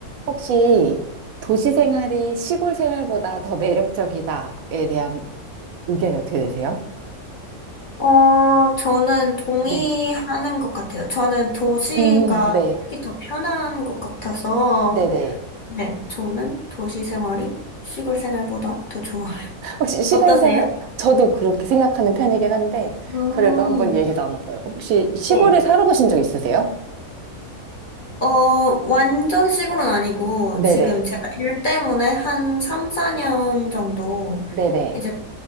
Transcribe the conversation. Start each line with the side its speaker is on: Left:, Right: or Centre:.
Right: 혹시 도시 생활이 시골 생활보다 더 매력적이다에 대한 의견이 어떻게 되세요?
Left: 어, 저는 동의하는
Right: 네.
Left: 것 같아요. 저는 도시가
Right: 음, 네.
Left: 살기 더 편한 것 같아서,
Right: 네네.
Left: 네, 저는 도시 생활이 시골 생활보다 더 좋아요. <laughs>
Right: 혹시 시골
Left: 어떠세요?
Right: 생활? 저도 그렇게 생각하는 편이긴 한데,
Left: 음,
Right: 그래도 한번 얘기 나눠봐요. 혹시 시골에
Left: 네.
Right: 살아보신 적 있으세요?
Left: 어, 완전 시골은 아니고,
Right: 네네.
Left: 지금 제가 일 때문에 한 3, 4년 정도,
Right: 네네.
Left: 이제